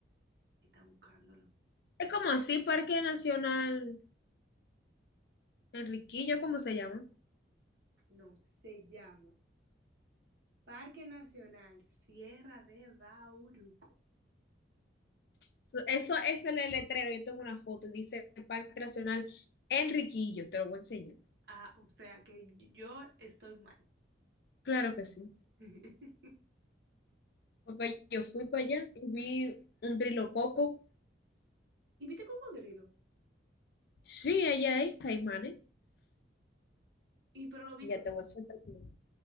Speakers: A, on the right; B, on the left.
A: Está buscándolo.
B: Es como así, Parque Nacional Enriquillo, ¿cómo se llama?
A: No, se llama Parque Nacional Sierra de Bauruco.
B: So, Eso, eso es el letrero. Yo tengo una foto y dice Parque Nacional Enriquillo. Te lo voy a enseñar.
A: Ah, o sea que yo estoy mal.
B: Claro que sí.
A: <laughs>
B: Papá, yo fui para allá y vi un trilococo.
A: ¿Y viste cocodrilo?
B: Sí, allá es caimanes.
A: Y pero lo viste
B: Ya te voy a hacer tatuaje.